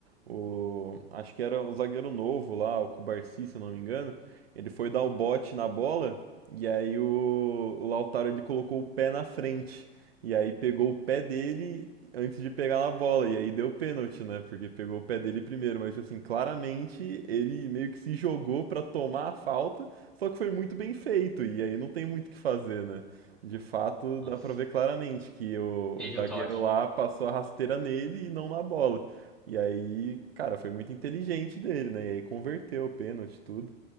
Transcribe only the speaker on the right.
O, acho que era o zagueiro novo lá, o Cubarsi, se não me engano. Ele foi dar o bote na bola e aí o, o Lautaro ele colocou o pé na frente. E aí pegou o pé dele antes de pegar na bola. E aí deu pênalti, né? Porque pegou o pé dele primeiro. Mas assim, claramente ele meio que se jogou pra tomar a falta, só que foi muito bem feito. E aí não tem muito o que fazer, né? De fato,
dá pra ver claramente que o,
o zagueiro
lá passou a rasteira nele e não na bola. E aí, cara, foi muito inteligente dele, né? E aí converteu o pênalti, tudo.